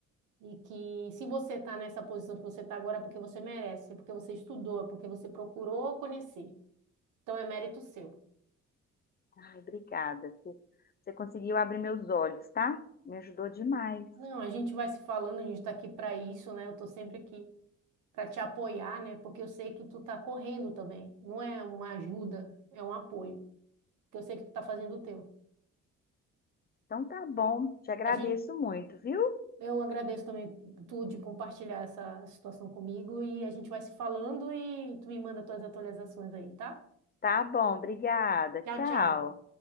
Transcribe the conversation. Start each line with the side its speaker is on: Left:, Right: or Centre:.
Right: E que se você está nessa posição que você está agora, é porque você merece, é porque você estudou, é porque você procurou conhecer. Então é mérito seu.
Left: Ai, obrigada. Você, você conseguiu abrir meus olhos, tá? Me ajudou demais.
Right: Não, a gente vai se falando, a gente está aqui para isso, né? Eu estou sempre aqui para te apoiar, né? Porque eu sei que tu está correndo também. Não é uma ajuda, é um apoio. Porque eu sei que tu está fazendo o teu.
Left: Então tá bom, te agradeço
Right: A gente
Left: muito, viu?
Right: Eu agradeço também tu de compartilhar essa situação comigo e a gente vai se falando e tu me manda tuas atualizações aí, tá?
Left: Tá bom, obrigada.
Right: Tchau,
Left: Tchau.
Right: tchau.